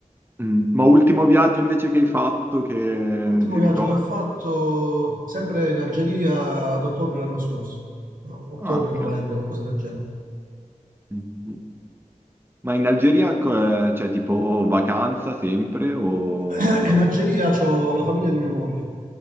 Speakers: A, on the right; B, on the right.
A: Mm. Ma ultimo viaggio invece che hai fatto che
B: L'ultimo
A: ti
B: viaggio
A: ricordo?
B: che ho fatto, sempre in Algeria, ad ottobre l'anno scorso. No, Ottobre,
A: Ah, ok.
B: novembre, qualcosa del genere.
A: Mhm. Ma in Algeria co- eh, c'è tipo vacanza sempre o
B: <clears throat>
A: per lavoro?
B: In Algeria c'ho la famiglia di mia moglie.